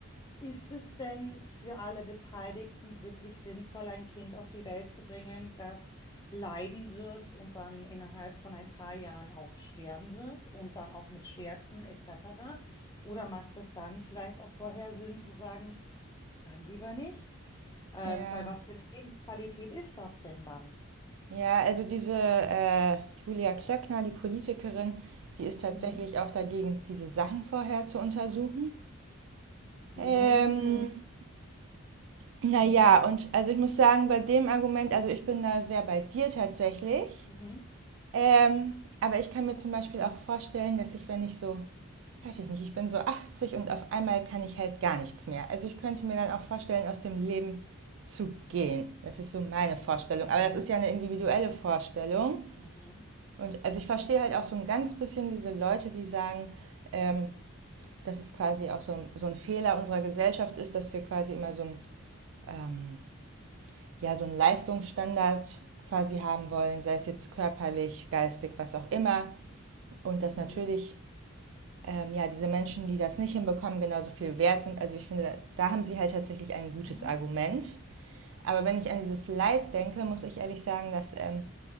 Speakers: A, on the left; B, on the right.
A: ist es denn für alle Beteiligten wirklich sinnvoll, ein Kind auf die Welt zu bringen, das leiden wird und dann innerhalb von ein paar Jahren auch sterben wird und dann auch mit Schmerzen etc.? Oder macht es dann vielleicht auch vorher Sinn zu sagen, dann lieber nicht? Ähm,
B: Ja,
A: weil was für eine Lebensqualität ist das denn dann?
B: ja, also diese äh, Julia Klöckner, die Politikerin, die ist tatsächlich
A: Mhm.
B: auch dagegen, diese Sachen vorher zu untersuchen.
A: Mm,
B: Ähm, naja,
A: mm,
B: und also ich muss sagen, bei dem Argument, also ich bin da sehr bei dir tatsächlich.
A: mhm,
B: Ähm, aber ich kann mir zum Beispiel auch vorstellen, dass ich, wenn ich so, weiß ich nicht, ich bin so 80 und auf einmal kann ich halt gar nichts mehr. Also ich könnte mir dann auch vorstellen, aus dem Leben zu gehen. Das ist so meine Vorstellung.
A: mhm,
B: Aber das ist ja eine individuelle Vorstellung.
A: mhm,
B: Und also ich verstehe halt auch so ein ganz bisschen diese Leute, die sagen, ähm, dass es quasi auch so ein, so ein Fehler unserer Gesellschaft ist, dass wir quasi immer so ein, ähm, ja, so einen Leistungsstandard quasi haben wollen, sei es jetzt körperlich, geistig, was auch immer. Und dass
A: mhm,
B: natürlich ähm, ja, diese Menschen, die das nicht hinbekommen, genauso viel wert sind. Also ich finde, da, haben sie halt tatsächlich ein gutes
A: mhm, mhm.
B: Argument. Aber wenn ich an dieses Leid denke, muss ich ehrlich sagen, dass ähm,